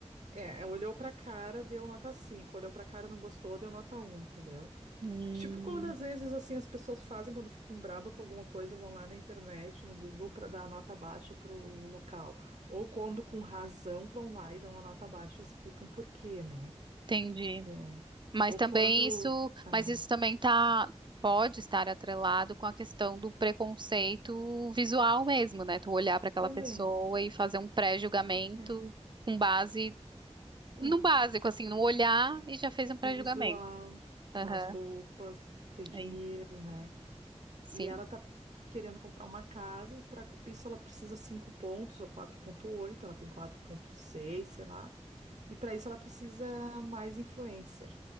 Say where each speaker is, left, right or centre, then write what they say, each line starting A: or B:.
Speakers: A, on the right; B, on the right.
A: é, olhou pra cara, deu nota cinco Olhou pra cara, não gostou, deu nota um entendeu?
B: Hum,
A: Tipo quando às vezes assim as pessoas fazem quando ficam braba com alguma coisa, vão lá na internet, no Google para dar a nota baixa para o local. Ou quando com razão vão lá e dão a nota baixa e explicam por quê, né?
B: entendi.
A: É.
B: Mas
A: Ou
B: também
A: quando
B: isso,
A: é,
B: mas isso também tá, pode estar atrelado com a questão do preconceito visual mesmo, né? Tu olhar para aquela
A: também
B: pessoa e fazer um pré-julgamento
A: é,
B: com base no
A: é,
B: básico, assim, no olhar e já fez um pré-julgamento.
A: no visual, nas
B: Aham,
A: roupas, tem dinheiro,
B: Aí,
A: né?
B: sim.
A: E ela tá querendo comprar uma casa e para isso ela precisa 5 pontos ou quatro ponto oito. ela tem quatro ponto seis, sei lá. E para isso ela precisa mais influencer,